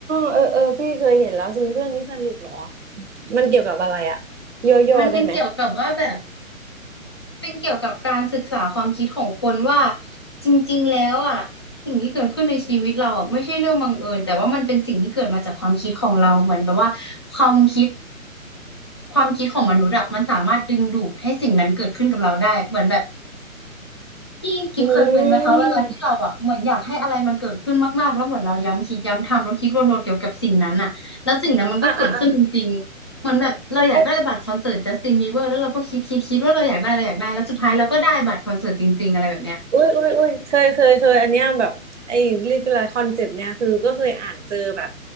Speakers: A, on the right; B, on the left.
A: เออเออพี่เคยเห็นแล้วซึ่งเรื่องนี้สนุกเหรอมันเกี่ยวกับอะไรอะโยโย่ได้ไหม
B: มันเป็นเกี่ยวกับว่าแบบ เป็นเกี่ยวกับการศึกษาความคิดของคนว่าจริงๆแล้วอ่ะสิ่งที่เกิดขึ้นในชีวิตเราอะไม่ใช่เรื่องบังเอิญแต่ว่ามันเป็นสิ่งที่เกิดมาจากความคิดของเราเหมือนแบบว่าความคิดความคิดของมนุษย์อะมันสามารถดึงดูดให้สิ่งนั้นเกิดขึ้นกับเราได้เหมือนแบบ พี่กิมเคยเป็นไหมคะเวลาที่เราอ่ะเหมือนอยากให้อะไรมันเกิดขึ้นมากๆแล้วเหมือนเราย้ำคิดย้ำทำแล้วคิดวนๆเกี่ยวกับสิ่งนั้นอ่ะแล้วสิ่งนั้นมันก็เกิดขึ้นจริงๆเหมือนแบบเราอยากได้บัตรคอนเสิร์ตจัสตินบีเบอร์แล้วเราก็คิดคิดคิดว่าเราอยากได้เราอยากได้แล้วสุดท้ายเราก็ได้บัตรคอนเสิร์ตจริงๆอะไรแบบเนี้ย
A: อืมอ่ะอ่ะอ่ะอุ้ยอุ้ยอุ้ยเคยเคยเคยอันเนี้ยแบบไอ้เรียกอะไรคอนเซปต์เนี้ยคือก็เคยอ่านเจอแบบ